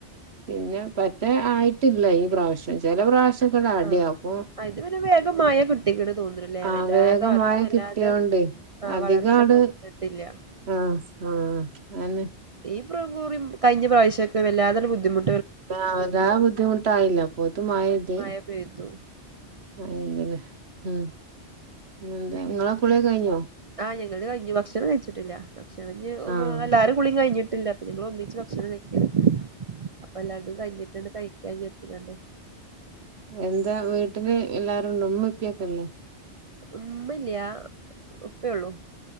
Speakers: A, on the right; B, on the right.
A: പിന്നേ പറ്റെ ആയിട്ടില്ല ഈ പ്രാവിശ്യം ചെല പ്രാവിശ്യ ഇത് ഇപട്യാവും
B: ആഹ്
A: അപ്പൊ
B: ഇത് പിന്നെ വേഗം മഴ കിട്ടിക്ക്ണ് തോന്ന്ണ്ല്ലേ
A: ആഹ്
B: വല്ലാതെ
A: വേഗം
B: ആർക്കും
A: വാങ്ങി
B: വല്ലാതെ
A: കിട്ടിയോണ്ടെ
B: ആ
A: അതികങ്ങ്ട്
B: വളർച്ചണ്ട് വന്നിട്ടില്ല
A: ആഹ് ആഹ് അയ്ന്നെ
B: ഇപ്രബുറിം കഴിഞ്ഞ പ്രാവിശ്യൊക്കെ വല്ലാതണ്ട് ബുദ്ധിമു
A: ആഹ് വല്ലാതെ ബുദ്ധിമുട്ടായില്ല അപ്പോത്തും മഴയെയ്ത്
B: മഴ പെയ്തു
A: അയിങ്ങനെ മ് പിന്നെന്താ ഇങ്ങളെ കുളിഒക്കെ കൈഞ്ഞോ
B: ആ ഞങ്ങള്ത് കൈഞ്ഞു ഭക്ഷണം കഴിച്ചിട്ടില്ല ഇഞ്
A: ആഹ്
B: വോ എല്ലാരെകുളീം കയ്ഞ്ഞ് ല്ല പിന്നെ ഞങ്ങളൊന്നിച്ച് ഭക്ഷണം കഴിക്കല് അപെല്ലാർതും കഴിഞ്ഞട്ട്ണ്ട് കയ്ക്കാവിജാരിച്ച്ങ്ങാണ്ട്
A: എന്താ വീട്ട്ല് എല്ലാരുണ്ട ഉമ്മേം ഉപ്പ്യൊക്കില്ലേ
B: ഉമ്മല്ല്യാ ഉപ്പയൊള്ളു